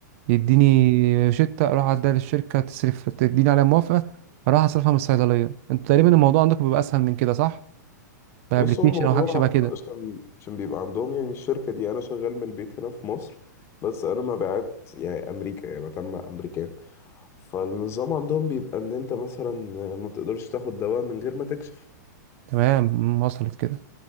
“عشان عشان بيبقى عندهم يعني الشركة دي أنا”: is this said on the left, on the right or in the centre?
Left